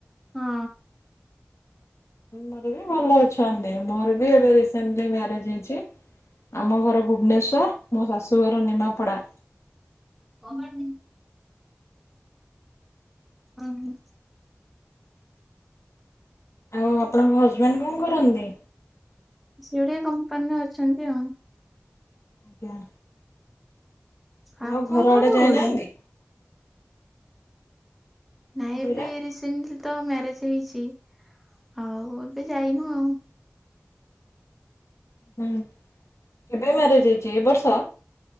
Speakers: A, in the centre; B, on the left.
A: ହଁ।
B: ମର ବି ଭଲ ଅଛନ୍ତି ମୋର ବି ଏବେ ରିସେଣ୍ଟଲି ମ୍ୟାରେଜ ହେଇଛି। ଆମ ଘର ଭୁବନେଶ୍ଵର ମୋ ଶାଶୁ ଘର ନିମାପଡା।
A: ଓ ହୁଁ। <inaudible>
B: ଆଉ ଆପଣଙ୍କ ହଜବେଣ୍ଡ କଣ କରନ୍ତି?
A: ସେ ଗୋଟେ କମ୍ପାନିରେ ଅଛନ୍ତି ଆଉ।
B: ଆଜ୍ଞା।
A: ଆପଣ
B: ଆଉ ଘର
A: ଘରଟା
B: ଆଡେ ଯାଇନାହାନ୍ତି
A: କଉଠି?
B: କଣ
A: ନାଇଁ ଏବେ
B: କହିଲେ?
A: ରିଶେଣ୍ଟଲି। ତ ମ୍ୟାରେଜ ହେଇଛି ଆଉ ଏବେ ଯାଇନୁ ଆଉ।
B: ହୁଁ କେବେ ମ୍ୟାରେଜ ହେଇଛି ଏ ବର୍ଷ?